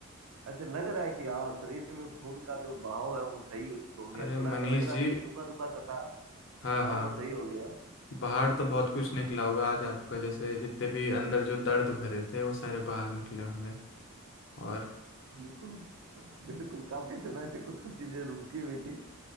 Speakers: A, on the right; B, on the left.
A: ऐसे लग रहा है कि हाँ शरीर में खून का जो बहाव है वो सही हो गया
B: अरे
A: थोड़ा
B: मनीष
A: सा लग रहा
B: जी
A: था कि रुका रुका सा था
B: हाँ
A: अब
B: हाँ
A: वो सही हो गया
B: बाहर तो बहुत कुछ निकला होगा आज आपका जैसे जितने भी अंदर जो दर्द भरे थे वो सारे बाहर निकले होंगे और
A: बिल्कुल बिल्कुल काफी समय से कुछ कुछ चीजें रुकी हुई थी